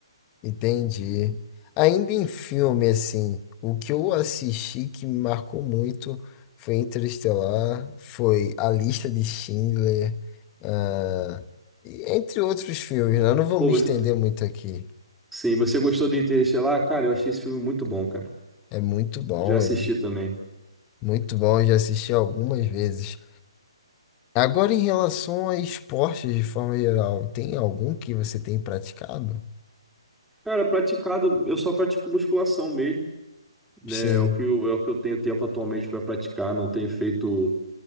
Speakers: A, on the left; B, in the centre.
A: Entendi. Ainda em filme, assim, o que eu assisti que me marcou muito foi Interestelar, foi A Lista de Schindler, ah, e entre outros filmes, né? Eu não vou
B: Pô,
A: me
B: você...
A: estender muito aqui.
B: Sim, você gostou do Interestelar? Cara, eu achei esse filme muito bom, cara.
A: É muito bom,
B: Já assisti
A: é
B: também.
A: muito bom, eu já assisti algumas vezes. Agora, em relação a esportes de forma geral, tem algum que você tem praticado?
B: Cara, praticado, eu só pratico musculação mesmo, né?
A: Sim.
B: É o que eu, é o que eu tenho tempo atualmente para praticar, não tenho feito